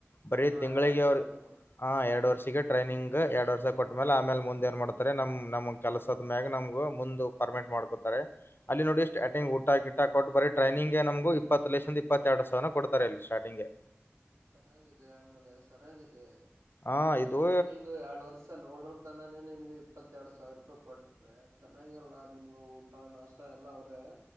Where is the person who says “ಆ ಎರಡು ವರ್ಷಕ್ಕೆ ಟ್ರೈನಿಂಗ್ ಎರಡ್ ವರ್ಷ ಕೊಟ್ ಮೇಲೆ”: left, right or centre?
Left